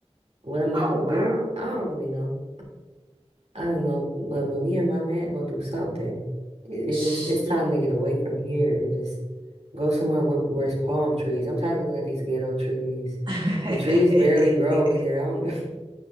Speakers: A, on the right; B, on the right.
A: What am I
B: Oh
A: gonna
B: wow.
A: do? I don't really know. I don't know, but but me and my man go do something. It- It's
B: S-
A: just it's time to get away from here and just go somewhere where where it's palm trees. I'm tired of looking at these ghetto trees.
B: <laughs>
A: The trees barely grow over here. I don't.